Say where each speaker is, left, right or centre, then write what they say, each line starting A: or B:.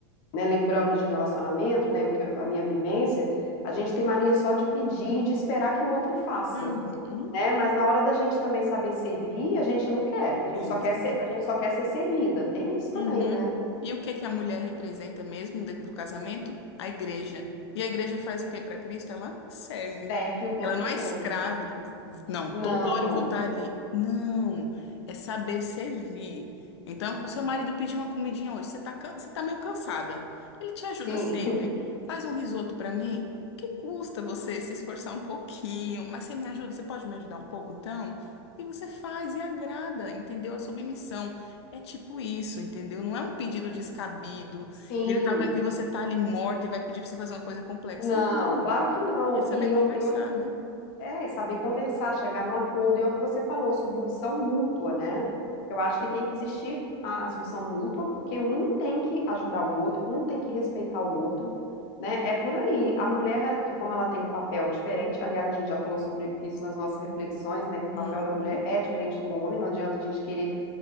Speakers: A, on the left; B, on the left.
A: né, lembrando de relacionamento, né, o que eu- a minha vivência, a gente tem mania só de pedir, e de esperar que o outro faça,
B: Uhum.
A: né? Mas na hora da gente também saber servir, a gente não quer. A gente
B: Isso.
A: só quer ser, a gente só quer ser servida. Tem isso também,
B: Uhum.
A: né?
B: E o que que a mulher representa mesmo dentro do casamento? A igreja. E a igreja faz o que para Cristo? Ela serve.
A: Serve o tempo
B: Ela não
A: todo.
B: é escrava. tipo, Não,
A: Não.
B: toda hora eu vou estar ali. Não, é saber servir. Então, o seu marido pediu uma comidinha hoje, você tá, can- você tá meio cansada. Ele te ajuda
A: Sim.
B: sempre.
A: <laughs>
B: Faz um risoto para mim. que custa você se esforçar um pouquinho? Mas você me ajuda, você pode me ajudar um pouco então? E você faz e agrada, entendeu? A submissão. É tipo isso, entendeu? Não é um pedido descabido,
A: Sim.
B: que ele tá vendo que você tá ali morta e vai pedir pra você fazer uma coisa complexa.
A: Não,
B: Não.
A: claro que não.
B: Ia saber
A: E eu
B: conversar,
A: e outra
B: né?
A: é saber conversar, chegar num acordo, e é o que você falou, submissão mútua, né? Eu acho que tem que existir a, a submissão mútua, porque um tem que ajudar o outro, um tem que respeitar o outro, né? É por aí. A mulher, porque como ela tem um papel diferente, aliás, a gente já falou sobre isso nas nossas reflexões, né? Que o papel
B: Uhum.
A: da mulher é diferente do homem, não adianta a gente querer